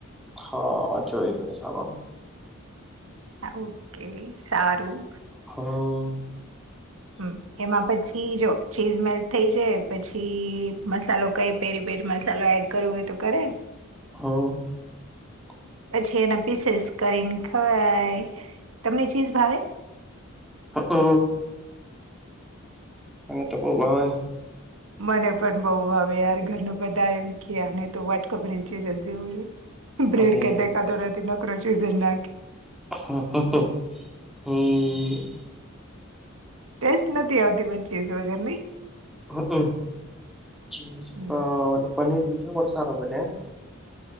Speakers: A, in the centre; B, on the right.
A: હા ચોઈ ન સાર
B: ઓકે સારૂ.
A: અં હ હ
B: હુ એમાં પછી ચીજો ચીજ મેલ્ટ થઇ જ પછી મસાલો કઈ પેરી પેરી મસાલો એડ કરવો હોય તો કરાય.
A: હ.
B: પછી એના પીસેસ કરીને ખવાય તમને ચીઝ ભાવે?
A: હંઅ અમે તો બહુ ભાવે.
B: મને પણ બહુ ભાવે યાર ઘર નુ બધા એમ કે અને તો વાટકો ભરીને ચીજ જ દેવું જોઈએ. હુ બ્રેડ
A: અરે
B: કાય દેખાતો નથી નકરો ચીઝ નાખે.
A: હા હા હા હ ઉવ.
B: ટેસ્ટ નથી આવતી મે ચીઝ વગેરની.
A: હકન
B: હમ
A: પનીર પીજા પણ સારા બને.